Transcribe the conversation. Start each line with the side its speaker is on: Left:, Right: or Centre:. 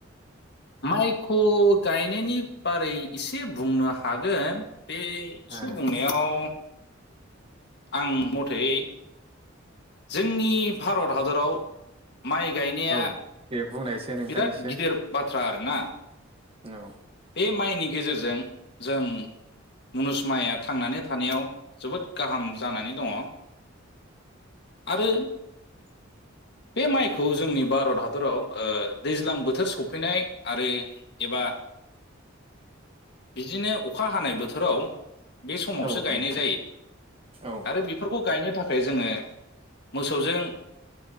Left: माइखौ गायनायनि बारै एसे बुंनो हागोन बे <unintelligible>
Right: ओ
Left: बुंनायाव आं मथै जोंनि भारत हादराव माइ गायनाया
Right: औ दे बुंनायसै नोंथां
Left: बिराद
Right: एसे
Left: गिदिर बाथ्रा आरो ना
Right: औ
Left: बे माइनि गेजेरजों जों मुनुसमाया थांनानै थानायाव जोबोद गाहाम जानानै दङ आरो
Right: <inaudible>
Left: बे माइखौ जोंनि भारत हादराव ओ दैज्लां बोथोर सफैनाय आरो एबा बिदिनो अखा हानाय बोथोराव बे समावसो
Right: औ
Left: गायनाय
Right: नोंथां
Left: जायो
Right: औ
Left: आरो बेफोरखौ गायनो थाख खाय जोंङो मोसौजों